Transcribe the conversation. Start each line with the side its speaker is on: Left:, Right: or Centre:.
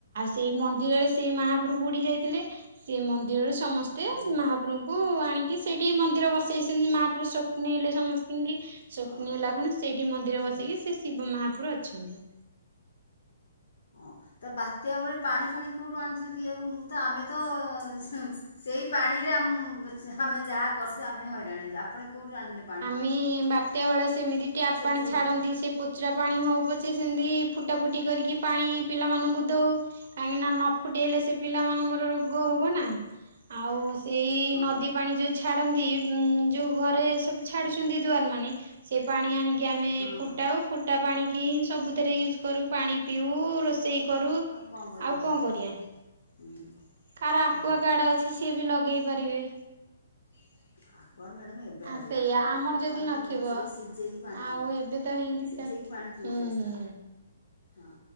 Right: ସେଇ ମନ୍ଦିରରେ ସେଇ ମାହାପୁରୁ ବୁଡି ଯାଇଥିଲେ ସେ ମନ୍ଦିରରେ ସମସ୍ତେ
Left: ଆଜ୍ଞା।
Right: ମହାପୁରୁଙ୍କୁ କୁ ଆଣିକି ସେଇଠି ମନ୍ଦିର ବସେଇଛନ୍ତି ମହାପୁରୁ ସ୍ୱପ ନେଇଲେ ସମସ୍ତି ଙ୍କି ସ୍ୱପ୍ନେ
Left: ଓହୋ
Right: ଲାଗୁନି ସେଇଠି ମନ୍ଦିରେ
Left: ହୁଁ।
Right: ବସିକି ସେ ଶିବ ମାହାପୁରୁ ଅଛନ୍ତି
Left: ହଁ ତ ବାତ୍ୟା ବେଳେ ପାଣି ଫାଣି କୋଉଠୁ ଆଣିଥିଲୁ ପିଇବାକୁ ମୁଁ ତ ଆମେ ତ ସୁ ସେଇ ପାଣିରେ ଆମ ଯାହା ଆମେ ଯାହା କରଛୁ ଆମେ ହଇରାଣ ହେଇଛୁ ଆପଣ କଉଠୁ ଆଣିଥିଲେ ପାଣି
Right: ମି ବାପ ତ୍ଯା ବେଳେ ସେମିତି ଟ୍ୟାପ୍
Left: ଛୋଟ
Right: ପାଣି
Left: ଛୋଟ
Right: ଛାଡ଼ନ୍ତି
Left: ହେଇକି।
Right: ସେଇ ପୋଚରା ପାଣି ହଉ ପଛେ ସେମିତି ଫୁଟା ଫୁଟି କରିକି ପାଣି ପିଲାମାନଙ୍କୁ ଦେଉ କାହିଁକିନା ନ ଫୁଟେଇଲେ ସେଇ ପିଲାମାନଙ୍କର ରୋଗ ରୋଗ ହବ ନା ଆଉ ସେଇ
Left: ହବ
Right: ନଦୀ
Left: ନା। ହଁ
Right: ପାଣି ଯଉ ଛାଡ଼ନ୍ତି ଯଉ ଘରେ ଛାଡୁଛନ୍ତି
Left: ଆଜ୍ଞା।
Right: ଦୁଆର ମାନେ ସେ ପାଣି ଆଣିକି ଆମେ
Left: ହଁ
Right: ଫୁଟାଉ
Left: ହଁ।
Right: ଅଟା ପାଣିକି ହି ସବୁଥିରେ ୟୁଜ୍ କରୁ ପାଣି ପିଉ ରୋଷେଇ କରୁ
Left: କଣ
Right: ଆଉ
Left: କରିବା
Right: କଣ
Left: ହଁ
Right: କରିବା
Left: ହୁଁ
Right: କାହାର ଆକୁଆ
Left: ହଁ
Right: ଗାର୍ଡ଼ ଅଛି ସିଏ ବି ଲଗେଇ ପାରିବେ
Left: <unintelligible> ଗୁଆଡ଼ ମ୍ୟାଡ଼ମ ଏବେଆ
Right: ଆ
Left: ଲାଗିଲା
Right: ସେଇଆ ଆମର
Left: ଆକୁଆ ଗାଡ୍
Right: ଯଦି
Left: ତ ଆଗୁ
Right: ନଥିବ
Left: ନଥିଲା ସେଇ ସିଝେଇକି ପାଣି
Right: ଆଉ
Left: ପିଉଥିଲେ
Right: ଏବେ ତ ଏମିତି
Left: ସିଝେଇକି
Right: ଚାଲିଛି।
Left: ପାଣି ପିଉଥିଲେ
Right: ହୁଁ
Left: ଛୁଆ
Right: ହୁଁ।
Left: ହଁ